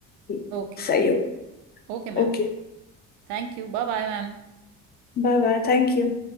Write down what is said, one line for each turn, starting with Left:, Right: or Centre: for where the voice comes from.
Left: ठीक,
Right: Okay
Left: सही होगा
Right: Okay ma'am
Left: Okay
Right: Thank you Bye bye ma'am
Left: Bye bye thank you